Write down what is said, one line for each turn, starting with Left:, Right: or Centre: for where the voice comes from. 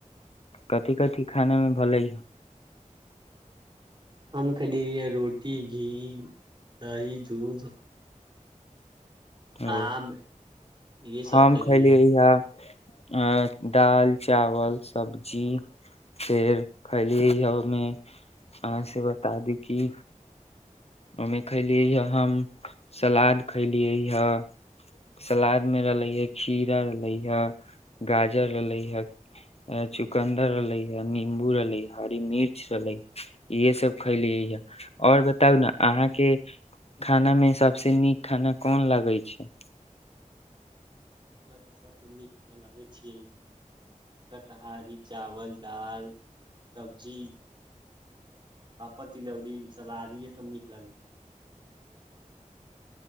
Left: कथी कथी खानामे भलै
Right: हम खेलिए अ रोटी घी दही दूध
Left: ओ
Right: आम इहे
Left: हम
Right: सब खयलियै
Left: खेलियै
Right: ह
Left: इहा आ दाल चावल सब्जी फेर खली हमे अहाँ से बता दी की ओहि में खैलिये हे हम सलाद खैलियै हे सलाद मे रहले हे खीरा रहले हे गाजर रहले हे चुकन्दर रहलै है नीम्बू रहलै हरी मिर्च रहलै इहे सब खैलियै य आओर बताउ ने अहाँ के खाना में सबसँ नीक खाना कोन लगै छै
Right: हमरा तऽ सबसेँ नीक मे लगे छै शकहारी चावल दाल सब्जी पापड़ तिलौड़ी सलाद इहे सब नीक लगै छै